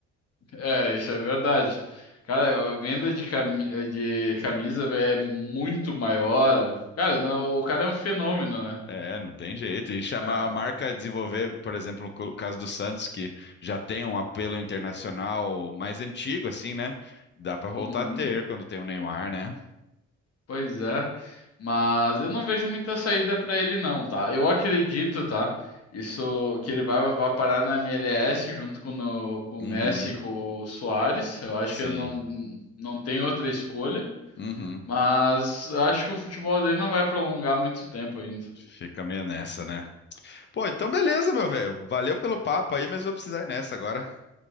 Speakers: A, on the left (about 55°); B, on the left (about 40°).
A: É, isso é verdade. Cara, a venda de, cami de camisa é muito maior. Cara, não, o cara é um fenômeno, né?
B: É, não tem jeito. E chamar
A: É,
B: a marca
A: ó.
B: a desenvolver, por exemplo, o caso do Santos, que já tem um apelo internacional mais antigo, assim, né? Dá pra voltar
A: Uhum,
B: a ter quando tem o Neymar, né?
A: pois é. Mas eu não vejo muita saída pra ele, não, tá? Eu acredito, tá? Isso que ele vai, vai parar na MLS junto com, no- com
B: Uhum,
A: o Messi e com o Soares. Eu acho
B: sim.
A: que eu não, não tem outra escolha.
B: Uhum.
A: Mas eu acho que o futebol dele não vai prolongar muito tempo ainda.
B: Fica meio nessa, né? Pô, então beleza, meu velho. Valeu pelo papo aí, mas vou precisar ir nessa agora.